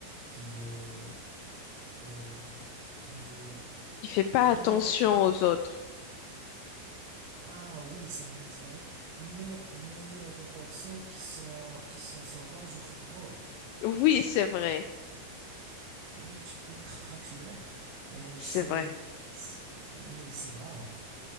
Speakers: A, on the right; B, on the left.
A: qui est, et qui
B: il fait pas
A: vraiment
B: attention
A: qui
B: aux autres.
A: ah oui c'est vrai c'est vrai mais mais il y a des personnes qui sont qui sont sauvages au football.
B: Oui, c'est vrai,
A: Oui tu peux te fracturer et
B: c'est
A: c'est
B: vrai.
A: c'est- oui c'est grave.